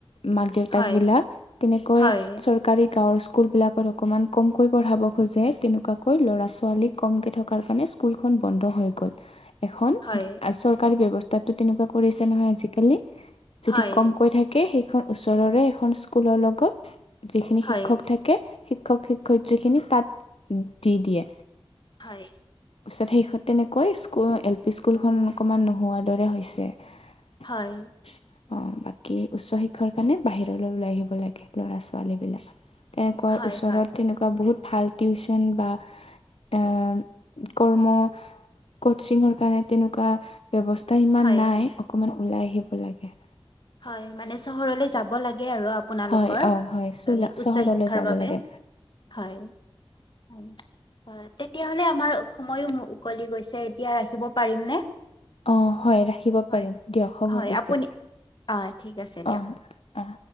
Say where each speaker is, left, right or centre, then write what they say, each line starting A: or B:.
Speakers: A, on the left; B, on the left.
A: মাক দেউতাক
B: হয়
A: বিলাক তেনেকৈ
B: হয়
A: চৰকাৰী গাঁৱৰ। স্কুল বিলাকত অকণমান কমকৈ পঢ়াব খোজে তেনেকুৱাকৈ ল'ৰা ছোৱালী ছোৱালী কমকে থকা কাৰণে স্কুলখন বন্ধ হৈ গল। এখন
B: হয়
A: চৰকাৰি ব্যব তাতো তেনেকুৱা কৰিছে নহয় আজিকালি যদি
B: হয়
A: কমকৈ থাকে এখন ওচৰৰে এখন স্কুলৰ লগত যিখিনি
B: হয়
A: শিক্ষক থাকে শিক্ষক শিক্ষয়িত্ৰীখিনি তাত দি দিয়ে
B: হয়
A: তাৰপিছত সেইষত তেনেকৈ স্কুল এল পি স্কুলখন অকণমান নোহোৱাৰ দৰে হৈছে অ
B: হয়
A: বাকী উচ্চ শিক্ষাৰ সেইকাৰণে বাহিৰলৈ ওলাই আহিব লাগে ল'ৰা ছোৱালী বিলাক তেনেকৈ
B: হয়
A: ওচৰত
B: হয়
A: তেনেকুৱা বহুত ভাল টিউচন বা এ কৰ্ম কচিঙৰ কাৰণে তেনেকুৱা ব্যৱস্থা ইমান
B: হয়
A: নাই অকমান ওলাই আহিব লাগে।
B: হয় মানে চহৰলৈ যাব। লাগে আৰু আপোনালোকৰ
A: হয়
B: উচ্চ
A: অ', হয় চোলা চহৰলৈ
B: শিক্ষাৰ
A: যাব
B: বাবে
A: লাগে
B: হয়। হয় অ তেতিয়াহলে আমাৰ সময়ো উকলি গৈছে এতিয়া ৰাখিব পাৰিমনে।
A: অ', হয় ৰাখিব
B: হয়
A: পাৰিম দিয়ক হ'ব
B: হয়
A: পিছে
B: আপুনি অ ঠিক আছে দিয়ক।
A: অ', অ'।